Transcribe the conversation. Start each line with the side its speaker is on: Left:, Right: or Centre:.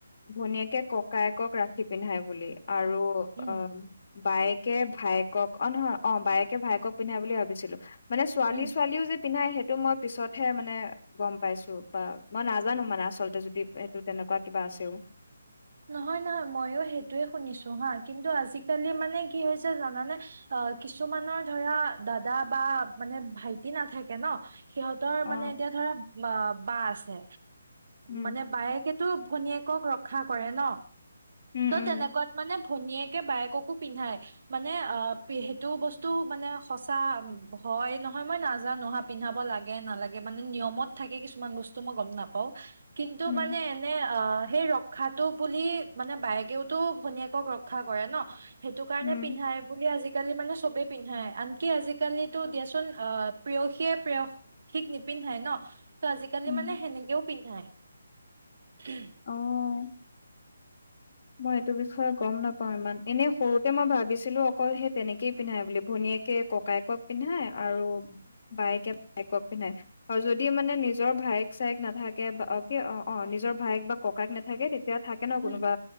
Left: ভনীয়েকে ককায়েকক ৰাখি পিন্ধাই বুলি। আৰু
Right: উম
Left: অ বাইক বাইকে ভায়েকক অ নহয় অ বায়েকে ভায়েকক পিন্ধাই বুলি ভাবিছিলো। মানে ছোৱালী
Right: উম
Left: ছোৱালীও যে পিন্ধাই সেইটো মই পিছতহে মানে গম পাইছো বা মই নাজানো মানে আচলতে যদি সেইটো তেনেকুৱা কিবা আছেও।
Right: নহয় নহয় ময়োঁ সেইটোয়ে শুনিছো হা কিন্তু আজিকালি মানে কি হৈছে জানানে, অ কিছুমানৰ ধৰা দাদা বা মানে ভাইটি নাথাকে ন, সিহঁতৰ
Left: অ
Right: মানে এতিয়া ধৰা বা আছে
Left: উম
Right: মানে বায়েকেতো ভনীয়েক ক ৰক্ষা কৰে ন।
Left: উম
Right: তই
Left: উম
Right: তেনেকোৱাত মানে ভনীয়েকে বায়েককো পিন্ধাই মানে অঁ সেইটো বস্তু মানে সঁচা হয় নহয় মই নাজানো হাঁ পিন্ধাব লাগে নালাগে মানে নিয়মত থাকে কিছুমান বস্তু মই গম নাপাওঁ। কিন্তু
Left: উম
Right: মানে এনে অহঁ। সেইৰক। ৰখাটো বুলি মানে বায়েকেওতো ভনীয়েকক ৰক্ষা কৰে ন। সেইটো কাৰণে
Left: উম
Right: পিন্ধাই বুলি আজি। আজিকালি মানে চবেই পিন্ধায় আনকি আজিকালিটো দিয়াচোন আহ, প্ৰেয়সীয়ে প্ৰেয়সীক নিপিন্ধায় নহঁ তহ আজিকালি
Left: উম
Right: মানে সেনেকেও পিন্ধায়। উহ।
Left: অ মই এইটো বিষয়ে গম নাপাওঁ ইমান এনেই সৰুতে মই ভাবিছিলো অকল সেই তেনেকেই পিন্ধায় বুলি ভনীয়েকে ককায়েকক পিন্ধায় আৰু বায়েকে ভায়েকক পিন্ধায় আৰু যদি মানে নিজৰ ভায়েক চায়েক নাথাকে বা কি অ অ নিজৰ ভায়েক বা ককায়েক নাথাকে। এতিয়া থাকে নহঁ
Right: উম
Left: কোনোবা।